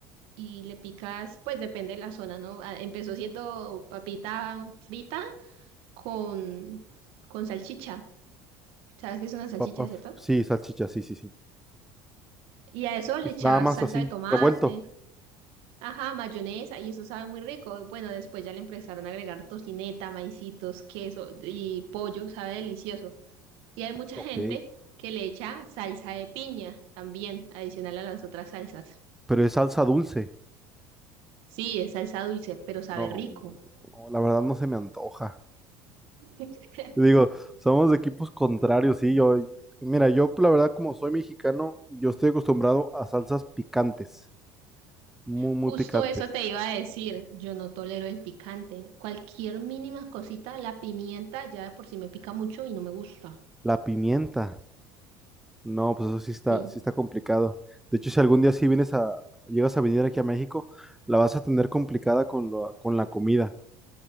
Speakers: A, on the right; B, in the centre.
A: y le picas, pues depende de la zona, ¿no? Ah, Empezó siendo papita frita con, con salchicha. ¿Sabes qué es una salchicha,
B: Papa, f-
A: cierto?
B: sí, salchicha, sí, sí, sí.
A: Y a eso le
B: Es
A: echabas
B: nada más
A: salsa
B: así,
A: de tomate,
B: revuelto.
A: ajá, mayonesa, y eso sabe muy rico. Bueno, después ya le empezaron a agregar tocineta, maicitos, queso y pollo, sabe delicioso. Y hay mucha
B: Ok.
A: gente que le echa salsa de piña también, adicional a las otras salsas.
B: Pero es salsa dulce.
A: Sí, es salsa dulce, pero sabe
B: No,
A: rico.
B: no, la verdad no se me antoja.
A: <laughs>
B: Digo, somos de equipos contrarios, sí. Yo, mira, yo la verdad como soy mexicano, yo estoy acostumbrado a salsas picantes, muy, muy
A: Justo
B: picantes.
A: eso te iba a decir. Yo no tolero el picante. Cualquier mínima cosita, la pimienta ya de por sí me pica mucho y no me gusta.
B: La pimienta, no, pues eso sí está,
A: Sí.
B: sí está complicado. De hecho, si algún día sí vienes a, llegas a venir aquí a México, la vas a tener complicada con lo- con la comida.